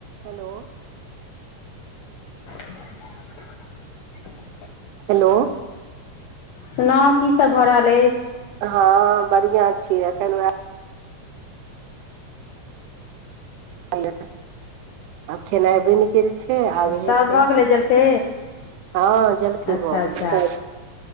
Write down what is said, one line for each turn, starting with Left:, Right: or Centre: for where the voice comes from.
Right: Hello
Left: <inaudible>
Right: hello
Left: सुनाव की सब भऽ रहल अछि
Right: हँ बढ़िआँ छियै एखन ओएह भेलइ आ खनाइ बइन गेल छै आब हेतै
Left: तब भऽ गेलै जलखै
Right: हँ जलखइ
Left: अच्छा
Right: भऽ
Left: अच्छा
Right: गेलइ